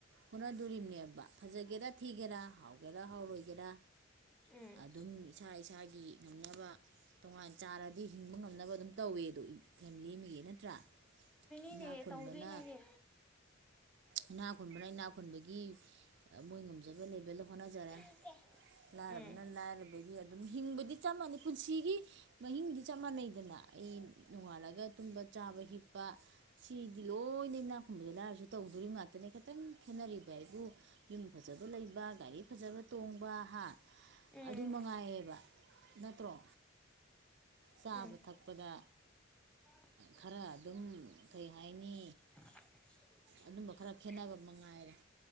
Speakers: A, on the right; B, in the centre.
A: ꯍꯣꯠꯅꯗꯣꯔꯤꯕꯅꯦꯕ ꯐꯖꯒꯦꯔꯥ ꯊꯤꯒꯦꯔꯥ ꯍꯥꯎꯒꯦꯔꯥ ꯍꯥꯎꯔꯣꯏꯒꯦꯔꯥ
B: ꯎꯝ
A: ꯑꯗꯨꯝ ꯏꯁꯥ ꯏꯁꯥꯒꯤ ꯉꯝꯅꯕ ꯇꯣꯉꯥꯟ ꯆꯥꯔꯗꯤ ꯍꯤꯡꯕ ꯉꯝꯅꯕ ꯑꯗꯨꯝ ꯇꯧꯋꯦꯗꯣ ꯐꯦꯃꯤꯂꯤ ꯑꯃꯒꯤ ꯅꯠꯇ꯭ꯔꯥ
B: ꯅꯦ
A: ꯏꯅꯥꯛ ꯈꯨꯟꯕꯅ
B: ꯇꯧꯗꯣꯏꯅꯦꯅꯦ
A: ꯏꯅꯥ ꯈꯨꯟꯕꯅ ꯏꯅꯥ ꯈꯨꯟꯕꯒꯤ ꯃꯣꯏ ꯉꯝꯖꯕ ꯂꯦꯕꯦꯜꯗ ꯍꯣꯠꯅꯖꯔꯦ
B: ꯎꯝ
A: ꯂꯥꯏꯔꯕꯅ
B: ꯎꯝ
A: ꯂꯥꯏꯔꯕꯒꯤ ꯑꯗꯨꯝ ꯍꯤꯡꯕꯗꯤ ꯆꯞ ꯃꯥꯟꯅꯩ ꯄꯨꯟꯁꯤꯒꯤ ꯃꯍꯤꯡꯗꯤ ꯆꯞ ꯃꯥꯟꯅꯩꯗꯅ ꯑꯩ ꯅꯣꯡꯉꯥꯜꯂꯒ ꯇꯨꯝꯕ ꯆꯥꯕ ꯍꯤꯞꯄ ꯁꯤꯗꯤ ꯂꯣꯏꯅ ꯏꯅꯥ ꯈꯨꯨꯝꯕꯗ ꯂꯥꯏꯔꯁꯨ ꯇꯧꯗꯣꯔꯤ ꯉꯥꯛꯇꯅꯦ ꯈꯤꯇꯪ ꯈꯦꯠꯅꯔꯤꯕ ꯑꯩꯕꯨ ꯌꯨꯝ ꯐꯖꯕ ꯂꯩꯕ ꯒꯥꯔꯤ ꯐꯖꯕ ꯇꯣꯡꯕ ꯍꯥ
B: ꯎꯝ
A: ꯑꯗꯨ ꯃꯉꯥꯏꯌꯦꯕ ꯅꯠꯇ꯭ꯔꯣ ꯆꯥꯕ
B: ꯎꯝ
A: ꯊꯛꯄꯗ
B: <unintelligible>
A: ꯈꯔ ꯑꯗꯨꯝ ꯀꯩ
B: <unintelligible>
A: ꯍꯥꯏꯅꯤ ꯑꯗꯨꯝꯕ ꯈꯔ ꯈꯦꯠꯅꯕ ꯃꯉꯥꯏꯔꯦ